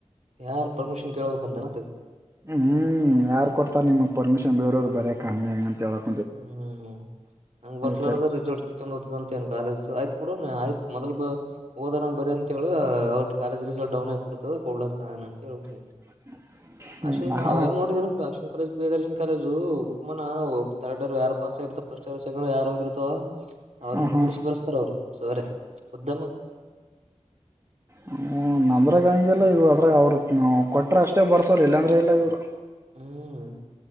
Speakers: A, on the right; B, on the right.
A: ಯಾರ ಪರ್ಮಿಷನ್ ಕೇಳ್ಬೇಕಂತನತ್ತಗ
B: ಹ್ಮ್ ಯಾರ್ ಕೊಡ್ತಾರ ನಿಮಗ್ ಪರ್ಮಿಷನ್ ಬೇರೇವರಗ ಬರೆಕ ಹಂಗ ಹಿಂಗ ಅಂತ ಹೇಳ
A: ಹ್ಮ್ ಹಂಗ ಬರ್ಸ್ಲಾರದ
B: ಸರಿ
A: ರೀಸ್ಲಟ್ ಕಿತಗೊಂಡ ಹೊತ್ತದಂತ ಏನ್ ಕಾಲಜ್ ಆಯ್ತ್ ಬುಡುನ್ನ ಆಯ್ತ್ ಮೊದಲ್ ಓದನ ಬರಿ ಅಂತೇಳ ಅವ್ರ ಕಾಲೇಜ ರಿಸಲ್ಟ್ ಡೌನ್ ಆಗ್ಬಿಡತದ ಕೊಡ್ಲಕ್ ತಾನೇ ಅಂತೇಳ್ಬಿಡತ್ತಿನ್
B: <inaudible>
A: ಅಶ್ವಿನ
B: ನಾವ
A: ಅವ ಎಲ್ಲ ನೋಡಿದಿಲ್ಲ್ ಅಶ್ವಿನ ಕಾಲೇಜ್ ಪ್ರಿಯದರ್ಶಿನ್ ಕಾಲೇಜು ಉಕಮನ ತರ್ಡ್ರ ಇಯರ್ ಯಾರ ಪಾಸಾಗಿರ್ತವ ಫಸ್ಟ್ ಇಯರ್ ಸೆಕೆಂಡ್ ಇಯರ್ ಯಾರೋಗಿರ್ತೋ ಅವ್ರನ್ನ
B: ಹ ಹಾ
A: ಕೂಡಿಸ್ ಬರ್ತ ತ್ತಾರ ಅವರ ಸರೆ ಮುದ್ದಮ್ಮ
B: ಹ್ಮ ನಮ್ಮದ್ರಗೆ ಹಂಗಿಲ್ಲ ಇವ್ ಅದ್ರಗ ಅವರು ಕೊಟ್ರ ಅಷ್ಟೇ ಬರ್ಸೋರ ಇಲ್ಲಾಂದ್ರ ಇಲ್ಲ ಇವ್ರು
A: ಹ್ಮ್